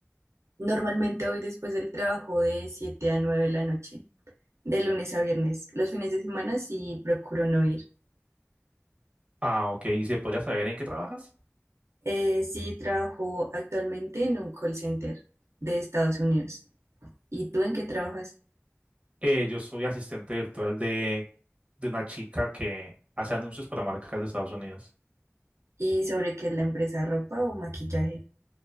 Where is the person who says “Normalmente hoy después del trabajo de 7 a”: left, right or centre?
Right